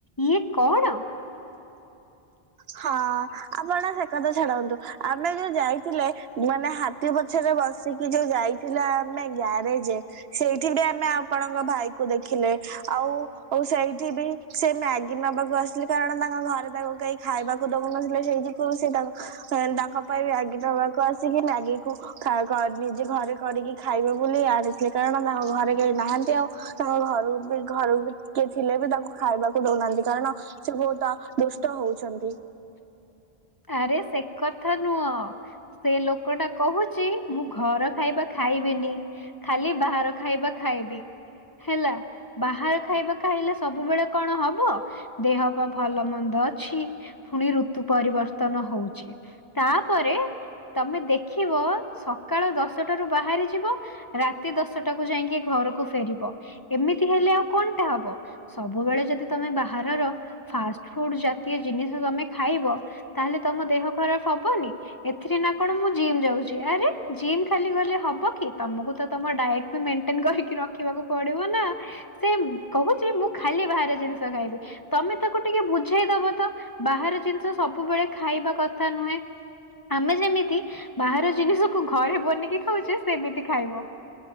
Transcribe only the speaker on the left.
ଇଏ କଣ।
ଆରେ ସେ କଥା ନୁହ ସେ ଲୋକ ଟା କହୁଛି ମୁଁ ଘର ଖାଇବା ଖାଇବିନି। ଖାଲି ବାହାର ଖାଇବା ଖାଇବି ହେଲା। ବାହାର ଖାଇବା ଖାଇଲେ ସବୁବେଳେ କଣ ହବ ଦେହ ପା ଭଲ ମନ୍ଦ ଅଛି। ପୁଣି ଋତୁ ପରିବର୍ତ୍ତନ ହଉଚି ତାପରେ ତମେ ଦେଖିବ ସକାଳ ଦଶଟାରୁୁ ବାହାରି ଯିବ ରାତି ଦଶଟାକୁୁ ଯାଇକି ଘରକୁ ଫେରିବ ଏମିତି ହେଲେ ଆଉ କଣଟା ହବ। ସବୁବେଳେ ଯଦି ତମେ ବାହାରର ଫାଷ୍ଟ ଫୁଡ ଜାତୀୟ ଜିନିଷ ତମେ ଖାଇବ। ତାହେଲେ ତମ ଦେହ ଖରାପ ହବନି। ଏଥିରେ ନା କଣ ମୁଁ ଜିମ୍ ଯାଉଚି ଆରେ ଜିମ୍ ଖାଲି ଗଲେ ହବ କି ତମକୁ ତମ ଡାଏଟ ମେଣ୍ଟେନ କରିକି ରଖିବାକୁ ପଡିବ ନା। ସେ କହୁଚି ମୁଁ ଖାଲି ବାହାରେ ଜିନିଷ ଖାଇବି। ତମେ ତାକୁ ଟିକେ ବୁଝେଇ ଦବ ତ ବାହାର ଜିନିଷ ସବୁବେଳେ ଖାଇବା କଥା ନୁହେଁ। ଆମେ ଯେମିତି ବାହାର ଜିନିଷକୁୁ ଘରେ ବନିକି ଖାଉଚେ ସେମିତି ଖାଇବ।